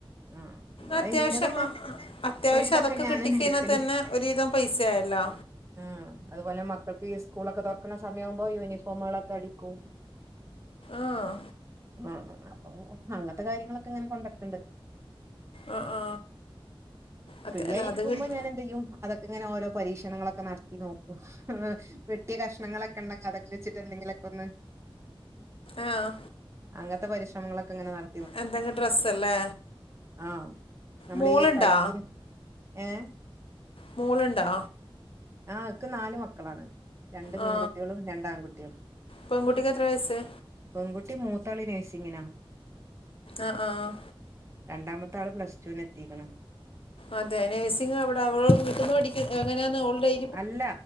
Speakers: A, on the right (about 30°); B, on the left (about 70°).
A: ആഹ് ഇവിടെ
B: അത്യാവശ്യം
A: ഇന്റതൊക്കെ
B: അത്യാവശ്യം
A: ഒരുവിതൊക്കെ
B: അതൊക്കെ
A: ഞാനന്നെ
B: കിട്ടിക്കഴിഞ്ഞാ
A: അടിക്കല്
B: തന്നെ ഒരുവിധം പൈസയല്ലോ
A: ആഹ് അതുപോലെ മക്കൾക്ക് ഈ ഈ സ്കൂളൊക്കെ തൊറക്കണ സമയവുമ്പോ യൂനിഫോമുകളൊക്കെ അടിക്കും
B: ആഹ്
A: ആഹ് ആഹ് അപ്പൊ അങ്ങനത്തെ കാര്യങ്ങളൊക്കെ ഇങ്ങനെ കൊണ്ടടക്കണ്ട്
B: ആ ആ
A: ഫ്രീ
B: അത്യ- അല്ല
A: ആയിരിക്കുമ്പോ
B: അത് കിട്ടി
A: ഞാൻ എന്ത് യ്യും അതൊക്കെ ഇങ്ങനെ ഓരോ പരീക്ഷണങ്ങളൊക്കെ നടത്തി നോക്കും ആഹ് വെട്ടിയ കഷ്ണങ്ങളൊക്കെ ഉണ്ടെങ്കി അതൊക്കെ വെച്ചിട്ട് എന്തെങ്കില്ക്കെ ഒന്ന്
B: ആഹ്
A: അങ്ങനത്തെ പരിശ്രമങ്ങളൊക്കെ ഇങ്ങനെ നട
B: എന്തെങ്കി ഡ്രസ്സല്ലേ
A: ആഹ് നമ്മളീ
B: മോളുണ്ടോ
A: കഴുത്തിന് ഏഹ്
B: മോളിണ്ടാ
A: ആഹ് ഇക്ക് നാല് മക്കളാണ് രണ്ട് പെൺകുട്ടികളും
B: ആ
A: രണ്ട് ആൺകുട്ടികളും
B: പെൺകുട്ടിക്ക് എത്ര വയസ്സ്
A: പെൺകുട്ടി മൂത്താള് നേഴ്സിങ്ങിനാ
B: ആഹ് ആഹ്
A: രണ്ടാമത്തെ ആള് പ്ലസ്ടുന് എത്തിക്ക്ണ്
B: അതെ നേഴ്സിങ് എവിടെ അവ് വീട്ടീന്ന് പഠിക്ക എങ്ങനെയന്ന് അവൾ ഡൈ
A: അല്ല